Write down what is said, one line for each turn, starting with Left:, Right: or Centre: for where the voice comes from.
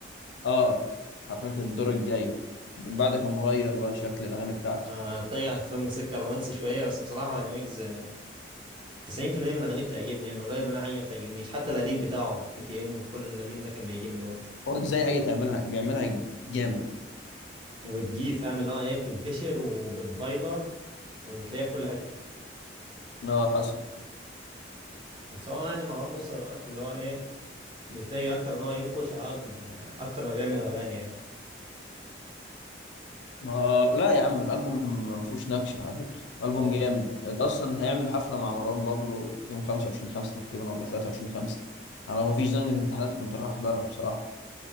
Left: اه حرفيا في الدور الجاي من بعد كان مغير بقى شكل الأغاني بتاعته
Right: آه، اتجه فيلم سكه رومانسي شويه بس بصراحه يعني ويجز 90% من اغانيه بتعجبني يعني قليل منها حاجه ما بتعجبنيش حتى القديم بتاعه اي تي ام وكل القديم ده كان بيعجبني برضه
Left: هو زي حاجة تعملها بيعملها جامد
Right: وبتجيب فاهم اللي هو ايه بتنتشر وبتفايلر وبتلاقيها في كل حته
Left: اه حصل
Right: بس هو يعني مروان موسى دلوقتي اللي هو ايه بيتجه اكتر ان هو ينكش عقد- اكتر ما بيعمل اغاني يعني
Left: ما لا يا عم الالبوم ما فيهوش نكش على فكره البوم
Right: لا والله
Left: جامد ده اصلا هيعمل حفله مع مروان بابلو يوم 25 5 تقريبا ولا 23 5 انا لو ما فيش زنقه امتحانات كنت راح احضرها بصراحه